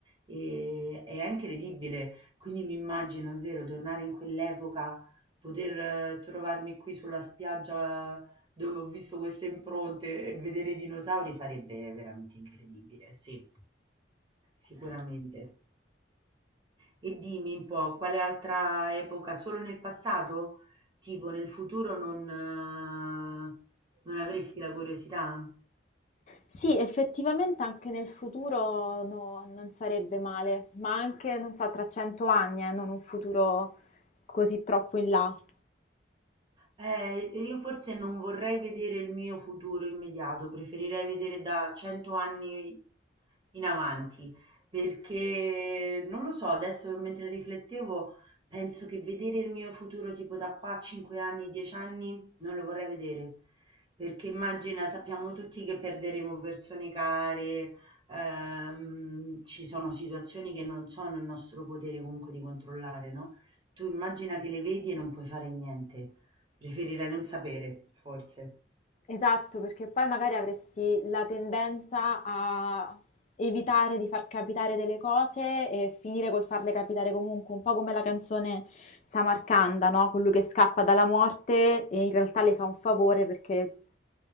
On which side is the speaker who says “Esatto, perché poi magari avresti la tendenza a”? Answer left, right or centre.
Left